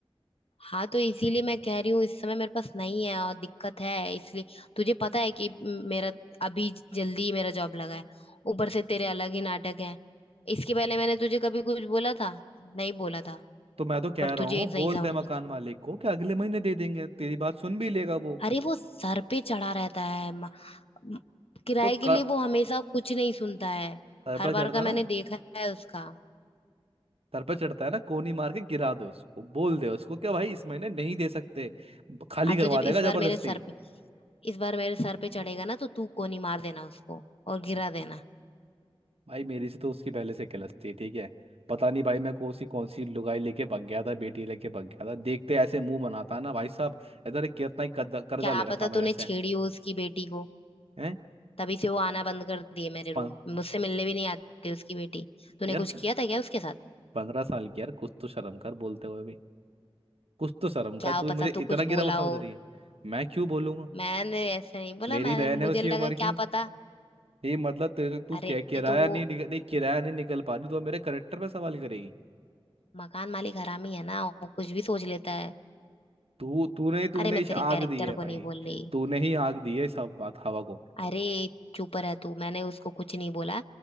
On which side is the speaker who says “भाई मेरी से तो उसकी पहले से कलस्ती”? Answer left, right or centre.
Right